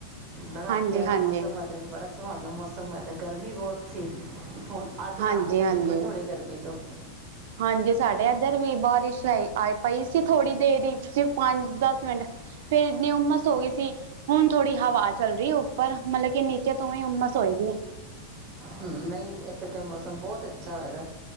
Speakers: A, on the right; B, on the right.
A: ਬੜ
B: ਹਾਂਜੀ
A: ਪਯਾਰਾ
B: ਹਾਂਜੀ
A: ਮੌਸਮ ਹੋਏਦਾ ਅੱਜ। ਬੜਾ ਸੁਹਾਵਨਾ ਮੌਸਮ ਹੋਇਆ ਦਾ, ਗਰਮੀ ਬੋਤ ਸੀ ਹੁਨ ਅੱਜ
B: ਹਾਂਜੀ
A: ਰਾਹਤ
B: ਹਾਂਜੀ
A: ਮਿਲੀ ਏ ਥੋੜ੍ਹੀ ਗਰਮੀ ਤੋਂ।
B: ਹਾਂਜੀ ਸਾਡੇ ਏਧਰ ਵੀ ਬਾਰਿਸ਼ ਆਈ ਆਏ ਪਈ ਸੀ ਥੋੜ੍ਹੀ ਦੇਰ ਈ ਪੰਜ-ਦਸ ਮਿੰਟ ਫੇਰ ਇਨੀ ਹੁਮਸ ਹੋ ਗੀ ਸੀ। ਹੁਨ ਥੋੜੀ ਹਵਾ ਚੱਲ ਰੀ ਉੱਪਰ ਮਤਲਬ ਕਿ ਨੀਚੇ ਤੋਂ ਓਵੇਂ ਹੁਮਸ ਹੋਈ ਦੀ ਏ।
A: ਹੂੰ, ਨਈ ਏਥੇ ਤੇ ਮੌਸਮ ਬੋਤ ਅ ਅੱਛਾ ਹੋਏ ਦਾ ਐ,